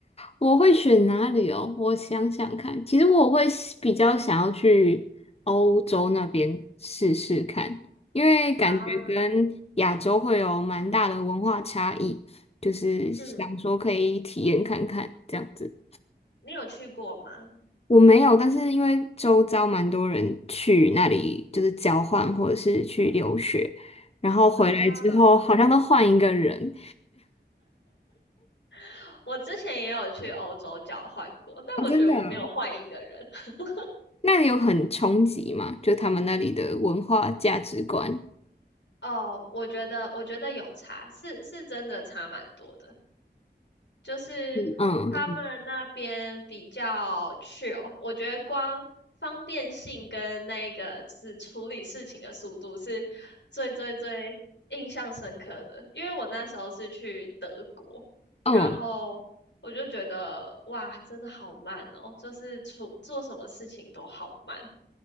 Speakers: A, on the left (about 35°); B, on the left (about 85°).
A: 我会选哪里哦？我想想看，其实我会喜比较想要去欧洲那边试试看，因为感觉跟亚洲会有蛮大的文化差异，
B: 啊？
A: 就是想说可以体验看看这样子。
B: 嗯，你有去过吗？
A: 我没有，但是因为周遭蛮多人去那里就是交换或者是去留学，然后回来之后好像都换一个人。
B: 啊，<laughs> 我之前也有去欧洲交换过，但我觉得我没有换一个人。
A: 哦，真的啊
B: <laughs>
A: 那里有很冲击吗？就他们那里的文化价值观。
B: 哦，我觉得，我觉得有差，是是真的差蛮多的。就是他们那边比较
A: 嗯嗯，
B: chill，我觉得光方便性跟那个就是处理事情的速度是最最最印象深刻的。因为我那时候是去德国，
A: 嗯
B: 然后我就觉得哇，真的好慢哦，就是处做什么事情都好慢。